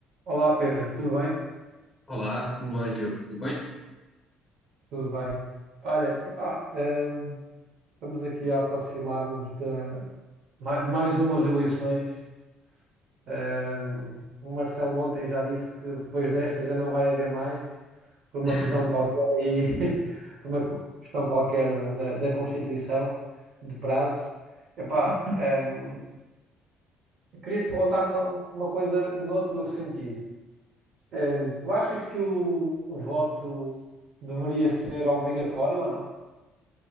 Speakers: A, on the right; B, in the centre.
A: Olá Pedro, tudo bem?
B: Olá, como vais, Diogo? Tudo bem?
A: Tudo bem. Olha, epá, hum, estamos aqui a aproximar-nos de, ma- de mais umas eleições. Hum, o Marcelo ontem já disse que depois desta já não vai haver mais, por uma
B: <laughs>
A: questão qualquer aí, <laughs> por uma questão qualquer da, da- da Constituição, de prazos. Epá, hum, queria te perguntar uma, uma coisa noutro sentido. Hum, tu achas que o o voto deveria ser obrigatório ou não?